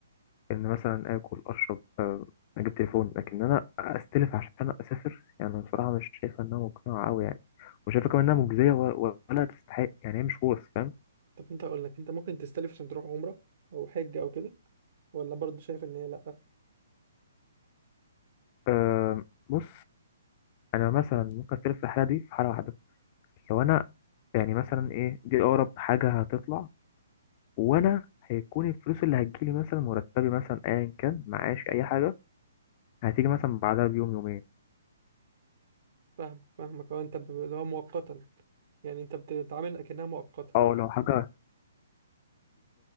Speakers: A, on the left (about 35°); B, on the right (about 50°).
A: إن مثلا آكل أشرب آه، أجيب تليفون لكن أنا أستلف عشان أسافر يعني أنا بصراحة مش شايفة إنها مقنعة أوي يعني وشايفة كمان إنها مجزية و- ولا تستحق يعني هي مش ورث فاهم
B: طب انت اقول لك انت ممكن تستلف عشان تروح عمرة او حج او كده ولا برضه شايف ان هي لا
A: آه، بص أنا مثلا ممكن أستلف في الحالة دي في حالة واحدة لو أنا يعني مثلا إيه دي أقرب حاجة هتطلع وأنا هيكون الفلوس اللي هتجيلي مثلا مرتبي مثلا أيا كان معاش أي حاجة هتيجي مثلا بعدها بيوم يومين
B: فاهمك فاهمك اه انت ب- اللي هو مؤقتا يعني انت بتتعامل اكنها مؤقته
A: أه لو حاجة